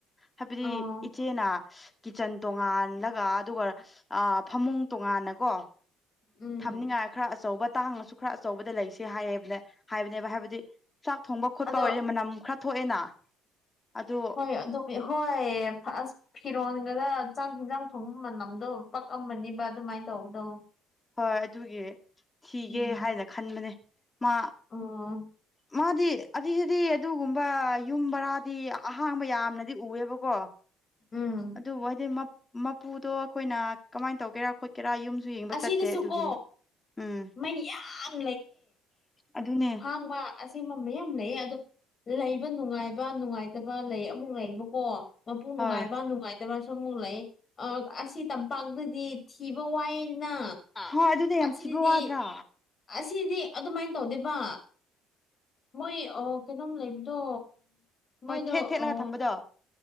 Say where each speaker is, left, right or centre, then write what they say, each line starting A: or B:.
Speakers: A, on the left (about 15°); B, on the left (about 35°).
A: ꯍꯥꯏꯕꯗꯤ
B: ꯑꯥ
A: ꯏꯆꯦꯅ ꯀꯤꯠꯆꯟ ꯇꯣꯉꯜꯂꯒ ꯑꯗꯨꯒ ꯐꯃꯨꯡ ꯇꯣꯉꯥꯟꯅꯀꯣ
B: ꯎꯝ
A: ꯊꯝꯅꯤꯡꯉꯥꯏ ꯈꯔ ꯑꯆꯧꯕ ꯇꯥꯡꯉꯁꯨ ꯈꯔ ꯑꯆꯧꯕꯗ ꯂꯩꯁꯦ ꯍꯥꯏꯌꯦꯕꯅꯦ ꯍꯥꯏꯕꯅꯦꯕ ꯍꯥꯏꯕꯗꯤ ꯆꯥꯛ ꯊꯣꯡꯕ ꯈꯣꯠꯄ
B: ꯑꯗꯣ
A: ꯑꯣꯏꯔꯦ ꯃꯅꯝ ꯈꯔ ꯊꯣꯛꯑꯦꯅ ꯑꯗꯨ
B: ꯍꯣꯏ ꯑꯗꯨ ꯍꯣꯏ <unintelligible> ꯐꯤꯔꯣꯟꯒꯗ ꯆꯥꯛ ꯌꯦꯟꯖꯥꯡ ꯊꯣꯡꯕ ꯃꯅꯝꯗꯣ ꯄꯛꯑꯃꯅꯦꯕ ꯑꯗꯨꯃꯥꯏꯅ ꯇꯧꯕꯗꯣ
A: ꯍꯣꯏ ꯑꯗꯨꯒꯤ ꯊꯤꯒꯦ
B: ꯎꯝ
A: ꯍꯥꯏꯅ ꯈꯟꯕꯅꯦ ꯃꯥ
B: ꯑꯣ
A: ꯃꯥꯗꯤ <unintelligible> ꯑꯗꯨꯒꯨꯝꯕ ꯌꯨꯝ ꯕꯔꯥꯗꯤ ꯑꯍꯥꯡꯕ ꯌꯥꯝꯅꯗꯤ ꯎꯑꯦꯕꯀꯣ
B: ꯎꯝ
A: ꯑꯗꯨꯕꯨ ꯍꯥꯏꯗꯤ ꯃꯄꯨꯗꯣ ꯑꯩꯈꯣꯏꯅ ꯀꯃꯥꯏꯅ ꯇꯧꯒꯦꯔ ꯑꯩꯈꯣꯏ ꯀꯦꯔꯥ ꯌꯨꯝꯁꯨ ꯌꯦꯡꯕ
B: ꯑꯁꯤꯗꯁꯨ
A: ꯆꯠꯇꯦ ꯑꯗꯨꯒꯤꯅꯤ
B: ꯀꯣ
A: ꯎꯝ
B: ꯃꯩ ꯌꯥꯝ
A: ꯑꯗꯨꯅꯦ
B: ꯑꯍꯡꯕ ꯑꯁꯦꯝꯕ ꯃꯌꯥꯝ ꯂꯩ ꯑꯗꯣ ꯂꯩꯕ ꯅꯨꯡꯉꯥꯏꯕ ꯅꯨꯡꯉꯥꯏꯇꯕ ꯂꯩ ꯑꯃꯨꯛ ꯂꯩꯕꯀꯣ ꯃꯄꯨ
A: ꯍꯣꯏ
B: ꯅꯨꯡꯉꯥꯏꯕ ꯅꯨꯡꯉꯥꯏ ꯇꯕꯁꯨ ꯑꯃꯨꯛ ꯂꯩ ꯑ ꯑꯁꯤ ꯇꯝꯄꯥꯛꯇꯗꯤ ꯊꯤꯕ ꯋꯥꯏꯅ
A: ꯍꯣꯏ ꯑꯗꯨꯗꯤ ꯌꯥꯝ
B: ꯑꯁꯤꯗꯗꯤ
A: ꯊꯤꯕ ꯋꯥꯗ꯭ꯔꯥ
B: ꯑꯁꯤꯗꯤ ꯑꯗꯨꯃꯥꯏꯅ ꯇꯧꯗꯦ ꯕꯥ ꯃꯣꯏ ꯀꯩꯅꯣꯝ ꯂꯩꯕꯗꯣ ꯃꯣꯏꯗꯣ
A: ꯍꯣꯏ ꯊꯦꯠ ꯊꯦꯠꯂꯒ
B: ꯑ
A: ꯊꯝꯕꯗꯣ